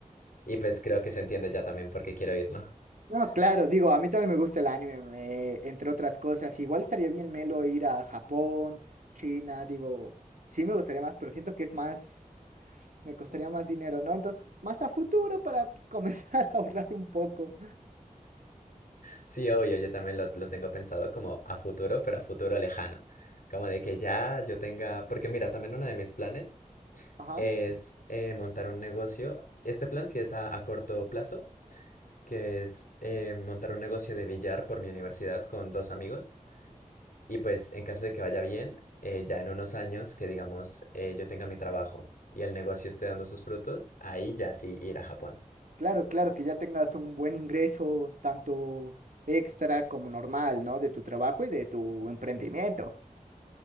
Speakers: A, on the left (about 85°); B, on the right (about 75°).
A: y pues creo que se entiende ya también por qué quiero ir, ¿no?
B: Bueno, <laughs> claro, digo, a mí también me gusta el anime, me- entre otras cosas. Igual estaría bien melo ir a Japón, China, digo, sí me gustaría más, pero siento que es más. me costaría más dinero, ¿no? Entonces, más a futuro para pues, comenzar <laughs> a ahorrar un poco.
A: Sí, obvio, yo también lo, lo tengo pensado como a futuro, pero a futuro lejano. Como de que ya yo tenga, porque mira, también uno de mis planes
B: Ajá.
A: es eh, montar un negocio. Este plan sí es a, a corto plazo, que es eh, montar un negocio de billar por mi universidad con dos amigos. Y pues en caso de que vaya bien, eh, ya en unos años que digamos eh, yo tenga mi trabajo y el negocio esté dando sus frutos, ahí ya sí ir a Japón.
B: Claro, claro, que ya tengas un buen ingreso, tanto extra como normal, ¿no? De tu trabajo y de tu emprendimiento.